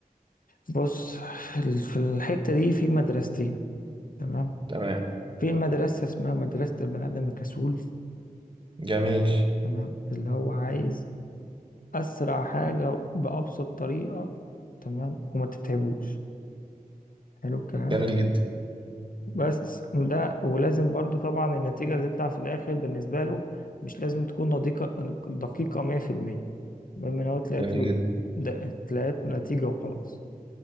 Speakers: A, on the left; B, on the right.
A: بص في ال- في الحتة دي في مدرستين تمام
B: تمام
A: في مدرسة اسمها مدرسة البني آدم الكسول
B: جميل
A: تمام اللي هو عايز أسرع حاجة بأبسط طريقة تمام وما تتعبوش حلو الكلام
B: جميل جدا
A: بس ده ولازم برضو طبعا النتيجة اللي تطلع في الآخر بالنسبة له مش لازم تكون دقيقة دقيقة 100% المهم إن هو طلعت
B: جميل
A: له
B: جدا
A: ده- طلعت له نتيجة وخلاص